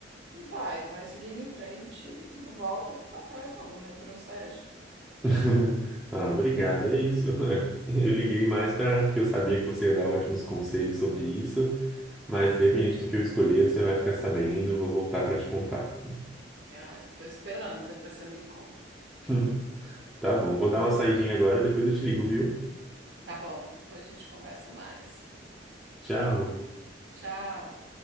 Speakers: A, on the right; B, in the centre.
A: e vai, vai seguindo em frente, e não volta para trás, não, não retrocede, não.
B: <laughs> Ah, obrigado,
A: Uhum.
B: é isso. <laughs> Eu liguei mais para porque eu sabia que você ia dar ótimos conselhos sobre isso, mas independente do que eu escolher, você vai ficar sabendo, vou voltar para te contar.
A: <laughs> Estou esperando, depois você me conta.
B: <laughs> Tá bom, vou dar uma saidinha agora, depois eu te ligo, viu?
A: Tá bom, depois a gente conversa mais.
B: Tchau.
A: Tchau.